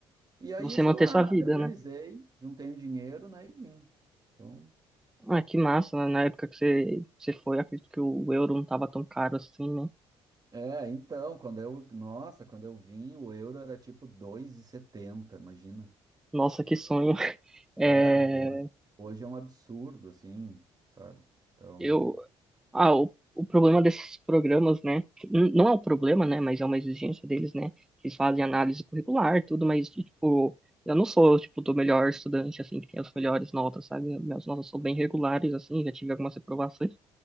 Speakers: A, on the right; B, in the centre.
A: E aí,
B: Pra você
A: isso
B: manter
A: eu, ah,
B: sua vida,
A: me organizei,
B: né?
A: juntei um dinheiro, né, e vim. Então...
B: Ah, que massa, né? Na época que você, você foi, acredito que o euro não tava tão caro assim, né?
A: É, então, quando eu, nossa, quando eu vim, o euro era tipo dois e setenta, imagina.
B: Nossa, que sonho. <laughs> É,
A: É, ho- hoje é um absurdo, assim, sabe? Então.
B: eu, Ah, o, o problema desses programas, né? que n- Não é um problema, né? Mas é uma exigência deles, né? que Eles fazem análise curricular, tudo, mas, tipo, eu não sou, tipo, do melhor estudante, assim, que tem as melhores notas, sabe? Minhas notas são bem regulares, assim, já tive algumas reprovações.